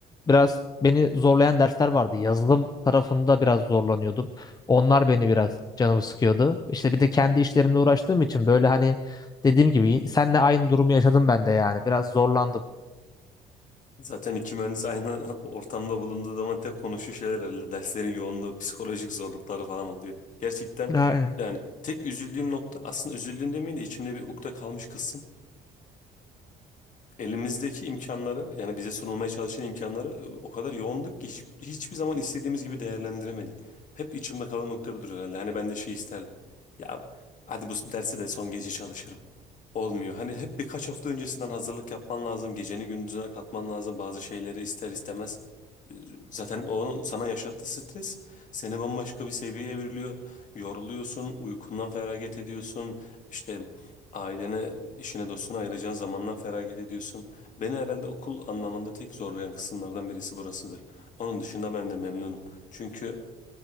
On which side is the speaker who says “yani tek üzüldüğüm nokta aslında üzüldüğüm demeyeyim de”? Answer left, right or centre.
Left